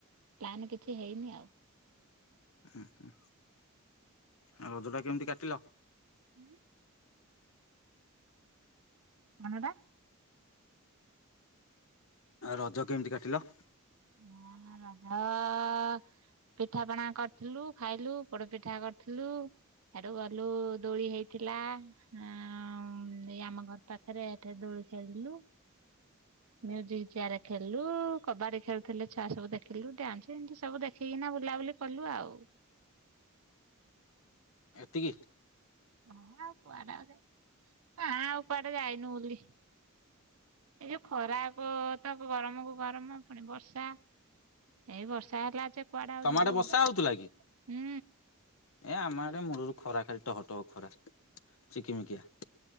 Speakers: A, on the right; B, on the left.
A: ପ୍ଲାନ କିଛି ହେଇନି ଆଉ
B: ଉଁ ହୁଁ ଆଉ ରଜଟା କେମିତି କାଟିଲ?
A: <unintelligible> କଣଟା
B: ରଜ କେମିତି କାଟିଲ?
A: ଉଁ ରଜ ପିଠାପଣା କରିଥିଲୁ ଖାଇଲୁ ପୋଡ ପିଠା କରିଥିଲୁ ହେଡୁ ଗଲୁ ଦୋଳି ହେଇଥିଲା ଏଇ ଆମ ଘର ପାଖରେ ସେଠି ଦୋଳି ଖେଳିଲୁ। ମ୍ୟୁଜିକ ଚେୟାର ଖେଳିଲୁ କବାଡି ଖେଳୁ ଥିଲେ ଛୁଆ ସବୁ ଦେଖିଲୁ ଡ୍ୟାନ୍ସ ଏମିତି ସବୁ ଦେଖିକିନା ବୁଲାବୁଲି କଲୁ ଆଉ।
B: ଏତିକି?
A: ହଁ ଆଉ କୁଆଡେ ନା ଆଉ କୁଆଡେ ଯାଇନୁ ବୁଲି। ଏଇ ଯୋଉ ଖରାକୁ ତ ଗରମକୁ ଗରମ ପୁଣି ବର୍ଷା। ଏଇ ବର୍ଷା ହେଲା ଯେ କୁଆଡେ ଆଉ
B: ତମ
A: ଯିବ
B: ଆଡ଼େ ବର୍ଷା
A: ବୁଲି
B: ହଉଥିଲା କି?
A: ହୁଁ।
B: ଏ ଆମଆଡ଼େ ମୂଳରୁ ଖରା ଖାଲି ଟହ ଟହ ଖରା ଚିକିମିକିଆ।